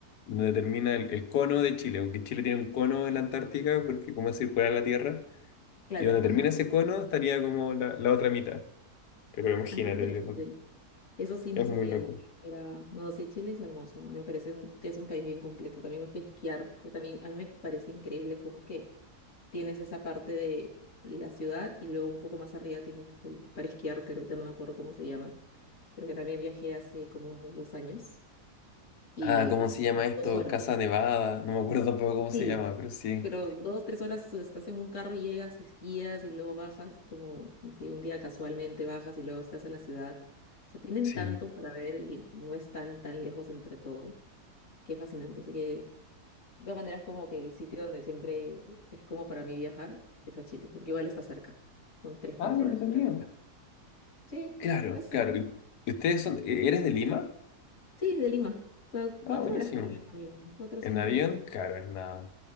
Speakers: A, on the left; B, on the left.
A: donde termina el, el cono de Chile, porque Chile tiene un cono en la Antártica, porque como es circular la tierra,
B: Claro,
A: y donde
B: ajá.
A: termina ese cono estaría como la, la otra mitad. Pero imagínate,
B: Ah, qué interesante. Eso sí
A: es
B: no sabía
A: muy loco.
B: ni me esperaba. No, sí, Chile es hermoso. A mí me parece un- que es un país bien completo. También me fui a esquiar, que también a mí me parece increíble cómo es que tienes esa parte de la ciudad y luego un poco más arriba tienes el, para esquiar, que ahorita no me acuerdo cómo se llama, pero que también viajé hace como unos dos años y
A: Ah, ¿cómo se llama esto?
B: dos horas.
A: Casa Nevada. No me acuerdo tampoco cómo se
B: Sí,
A: llama, pero sí.
B: pero dos, tres horas estás en un carro, llegas, esquías y luego bajas, como si un día casualmente bajas y luego estás en la ciudad. O sea, tienen
A: Sí.
B: tanto para ver y no están tan tan lejos entre todo, que es fascinante. Así que, de todas maneras, como que el sitio donde siempre es como para mí viajar es a Chile, porque igual está cerca. Son tres, cuatro
A: Ah, qué entretenido.
B: horas, creo. acá. Sí,
A: Claro,
B: es cerca.
A: claro. ¿Y ¿Ustedes son, e- eres de Lima?
B: Sí, de Lima. O sea, cuatro
A: Ah, buenísimo.
B: horas creo en avión, cuatro o
A: ¿En
B: cinco
A: avión?
B: horas.
A: Claro, es nada.